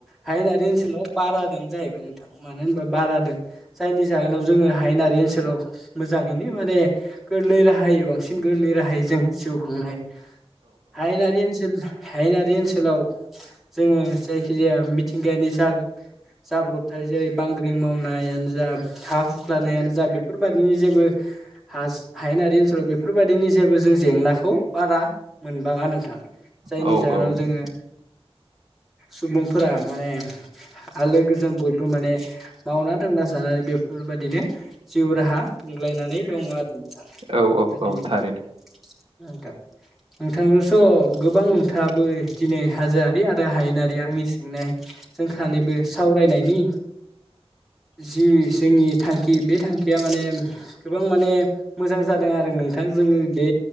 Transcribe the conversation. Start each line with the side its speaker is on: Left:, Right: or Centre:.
Centre: हायेनारि ओनसोलाव बारादों जाहैबाय नोंथां मानो होनबा बारादों जायनि जाहोनाव जोङो हायेनारि ओनसोलाव मोजाङैनो माने गोरलै राहायै बांसिन गोरलै राहायै जोङो जिउ खांनो हायो। हायनारि ओनसोल हायनारि ओनसोलाव जोङो जायखिजाया मिथिंगायानि जा जाब्रबथाया जेरै, बांग्रिं मावनायानो जा हा हुख्लानायानो जा बेफोरबायाददिनि जेबो हा हायेनारि ओनसोलाव बेफोरबायदिनि जेबो जों जेंनाखौ बारा मोनबाङा नोंथां जायनि
Right: औ
Centre: जाहोनाव जोङो सुबुंफोरा माने आलो गोजोन बयबो माने मावना दांना जानानै बेफोरबायाददिनो जिउ राहा गोग्लायनानै दङ आरो बिथाङा
Right: औ औ औ
Centre: बिनो
Right: थारैनो
Centre: था नोंथांजों स' गोबां नोंथाङाबो दिनै हाजोआरि आरो हायेनारि आंनि सोंनाय जोंख नबो सावरायनायनि जि जोंनि थांखि बे थांखिया माने गोबां माने मोजां जादों आरो नोंथां जोङो बे